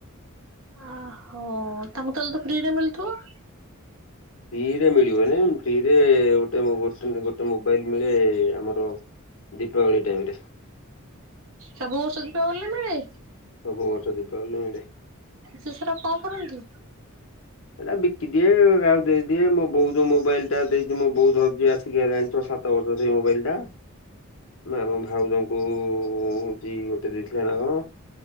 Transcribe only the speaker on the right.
ଓହୋ ତାଙ୍କୁ ତାହେଲେ ତ ଫ୍ରିରେ ମିଳୁଥିବ?
ସବୁ ବର୍ଷ ଦୀପାବଳିରେ ମିଳେ?
ସେ ସେରା କଣ କରନ୍ତି?